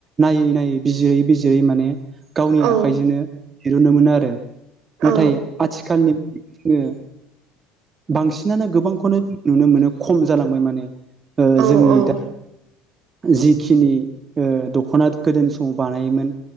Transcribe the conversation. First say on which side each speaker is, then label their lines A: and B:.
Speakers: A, on the right (about 30°); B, on the right (about 55°).
A: नायै नायै बिजिरै बिजिरै माने गावनि
B: औ
A: आखाइजोंनो दिरुनो मोन आरो नाथाय
B: औ
A: आथिखालनि जोङो बांसिनानो गोबांखौनो नुनो मोनो खम जालांबाय माने । ओ
B: औ
A: जोंनि दा जि खिनि ओ दख'ना गोदोनि समाव बानायोमोन